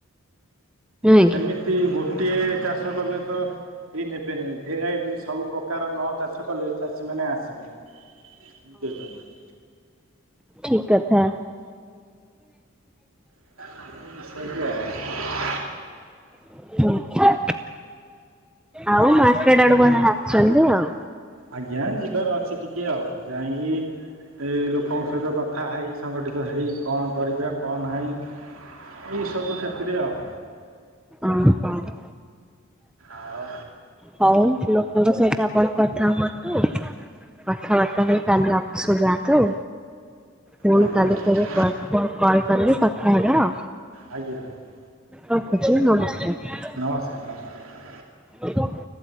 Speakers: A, in the centre; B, on the right.
A: ନୁହେଁ
B: ସେମିତି
A: କି?
B: ଗୋଟିଏ ଚାଷ କଲେ ତ କେଇ ନେବେନି ଭେରାଇଟି ସବୁ ପ୍ର ପ୍ରକାର ନ ଚାଷ କଲେ ଚାଷୀମାନେ ଆସିବେନି ବୁଝୁଚନା?
A: ଠିକ୍ କଥା।
B: <unintelligible>
A: <inaudible> ଆଉ ମାର୍କେଟ ଆଡୁ କଣ ଆଣିଛନ୍ତି ଆଉ।
B: ଆଜ୍ଞା ଯିବାର ଅଛି ଟିକେ ଆଉ ଯାଇଁ କି ଏ ଲୋକଙ୍କ ସହିତ କଥା ହେଇ ସଂଗଠିତ ହେଇ କଣ କରିବେ କଣ ନାହିଁ ଏଇସବୁ କ୍ଷେତ୍ରେ ଆଉ।
A: ଅଁ ହଁ।
B: ଆଉ
A: ହଉ ଲୋକଙ୍କ ସହିତ ଆପଣ କଥା ହୁଅନ୍ତୁ। କଥାବାର୍ତ୍ତା ହେଇ କାଲି ଅଫିସ୍ କୁ ଯାଆନ୍ତୁ। ପୁଣି
B: ଆଜ୍ଞା
A: କାଲି
B: ଆଜ୍ଞା
A: ତାହେଲେ କଲ୍ ପୁଣି କଲ୍ କରିବି କଥା ହେବା।
B: ଆଜ୍ଞା <inaudible>
A: ରଖୁଛି ନମସ୍କାର।
B: ନମସ୍କାର ନମସ୍କାର।
A: <inaudible>